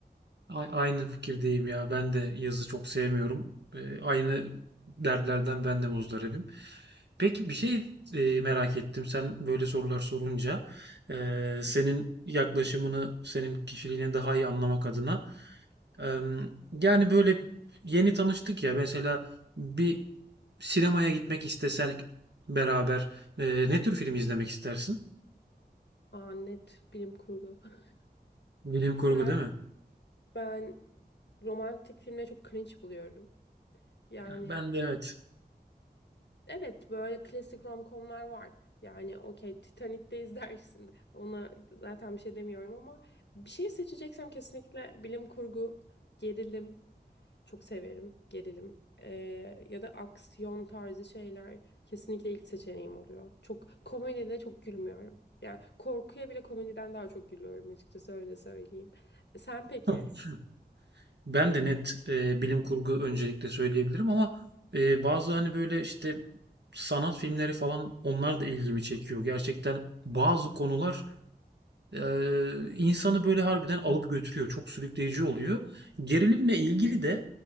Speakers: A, on the right; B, on the left.
A: A- Aynı fikirdeyim ya. Ben de yazı çok sevmiyorum. Ee, aynı dertlerden ben de muzdaribim. Peki bir şey e, merak ettim. Sen böyle sorular sorunca e, senin yaklaşımını, senin kişiliğini daha iyi anlamak adına. e, yani böyle yeni tanıştık ya. Mesela bir sinemaya gitmek istesen beraber e, ne tür film izlemek istersin?
B: Aa, net bilim kurgu. <laughs>
A: Bilim kurgu
B: Ben
A: değil mi?
B: ben romantik filmleri çok cringe buluyorum. Yani
A: Ben de evet.
B: Evet böyle klasik romcomlar var. Yani okey Titanic'te izlersin. <laughs> Ona zaten bir şey demiyorum ama bir şey seçeceksem kesinlikle bilim kurgu, gerilim. Çok severim gerilim. Ee, ya da aksiyon tarzı şeyler kesinlikle ilk seçeneğim oluyor. Çok komedide çok gülmüyorum. Yani korkuya bile komediden daha çok gülüyorum açıkçası öyle söyleyeyim. Sen peki?
A: <laughs> Ben de net e, bilim kurgu öncelikle söyleyebilirim ama e, bazı hani böyle işte sanat filmleri falan onlar da ilgimi çekiyor. Gerçekten bazı konular e, insanı böyle harbiden alıp götürüyor. Çok sürükleyici oluyor. Gerilimle ilgili de